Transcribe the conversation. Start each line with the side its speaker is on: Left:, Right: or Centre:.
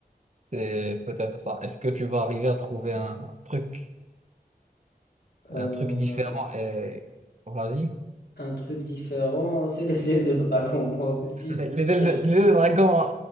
Right: c'est peut-être ça. Est-ce que tu vas arriver à trouver un truc?
Left: Euh,
Right: Un truc différent. euh, Vas-y.
Left: un truc différent, c'est les ailes de dragon, moi aussi.
Right: <laughs> Les ailes
Left: Je
Right: de, les ailes de dragon